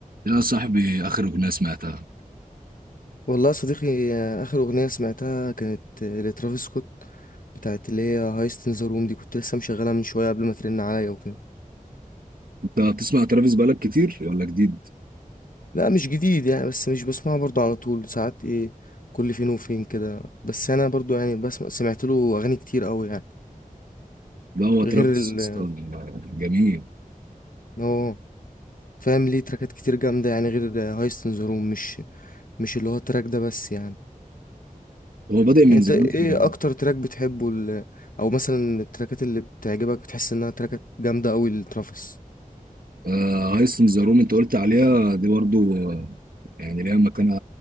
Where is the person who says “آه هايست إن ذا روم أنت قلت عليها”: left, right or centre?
Right